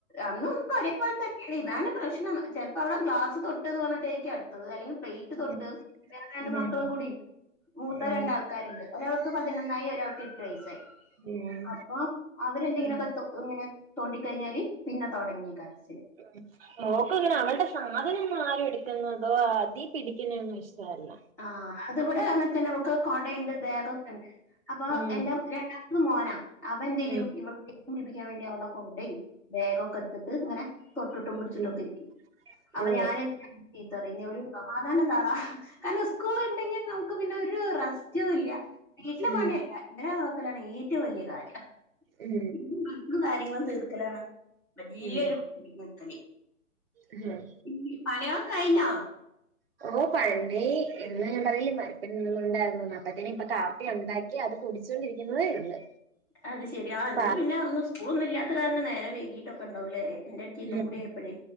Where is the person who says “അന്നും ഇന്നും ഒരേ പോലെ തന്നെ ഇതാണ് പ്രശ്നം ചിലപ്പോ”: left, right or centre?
Centre